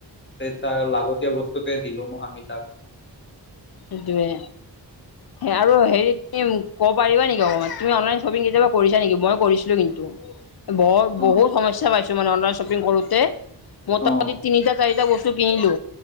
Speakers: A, on the left (about 25°); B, on the left (about 60°).
A: তে তাৰ লাগতিয়াল বস্তুকে দিলো আমি তাক।
B: সেইটোৱে। আৰু
A: অ
B: হেৰি কব পাৰিবা নেকি অকণমান তুমি অনলাইন শ্বপিং কেতিয়াবা কৰিছা নেকি মই কৰিছিলো কিন্তু। বহুত
A: অ
B: বহুত সমস্যা পাইছো মানে অনলাইন শ্বপিং কৰোতে মোটামুটি
A: অ
B: তিনিটা চাৰিটা বস্তু কিনিলো